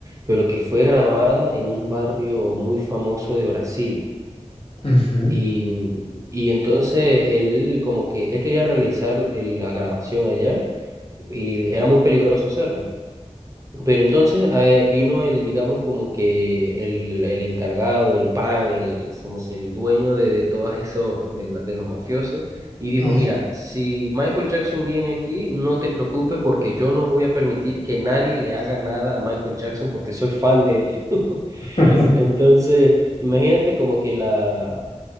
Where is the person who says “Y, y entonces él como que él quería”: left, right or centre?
Right